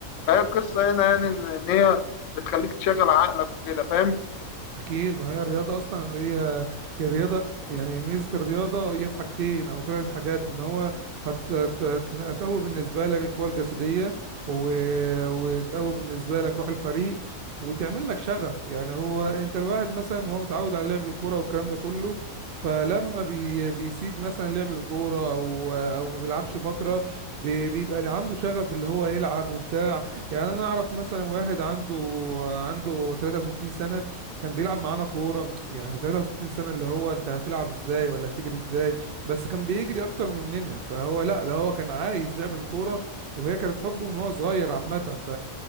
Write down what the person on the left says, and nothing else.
فهي القصه هنا يعني ان إن هي بتخليك تشغل عقلك وكده فاهم